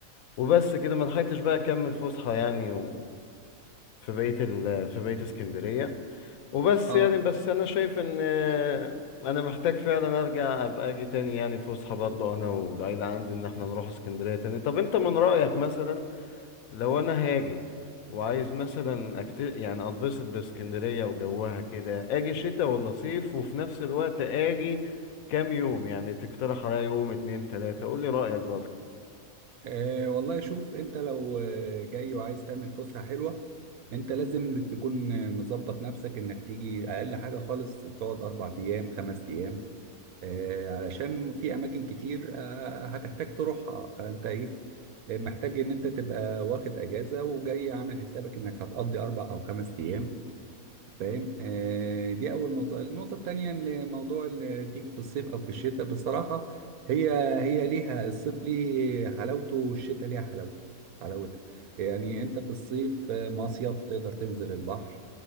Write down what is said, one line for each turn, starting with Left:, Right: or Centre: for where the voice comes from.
Left: وبس كده ما لحقتش بقى اكمل فسحة يعني و- في بقية ال في بقية اسكندرية وبس
Right: اه
Left: يعني بس انا شايف ان انا محتاج فعلا ارجع ابقى اجي تاني يعني فسحه برضه انا والعيله عندي ان احنا نروح اسكندريه تاني طب انت من رايك مثلا لو انا هاجي وعايز مثلا أكت... يعني اتبسط باسكندريه وجوها كده اجي شتاء ولا صيف وفي نفس الوقت اجي كام يوم يعني تقترح عليا يوم اتنين تلاته قول لي رايك برضه
Right: آه، والله شوف انت لو آه، جاي وعايز تعمل فسحة حلوة انت لازم تكون آه، مظبط نفسك انك تيجي اقل حاجة خالص تقعد اربع ايام خمس ايام آه، علشان في اماكن كتير آه، هتحتاج تروحها فانت ايه آه، محتاج ان انت تبقى واخد اجازة وجاي عامل حسابك انك هتقضي اربع او خمس ايام فاهم آه، دي اول نقطه النقطه التانية اللي موضوع اللي تيجي في الصيف او في الشتاء بصراحه هي هي ليها الصيف ليه حلاوته والشتاء ليها حلاوته حلاوتها يعني انت في الصيف آه، مصيف تقدر تنزل البحر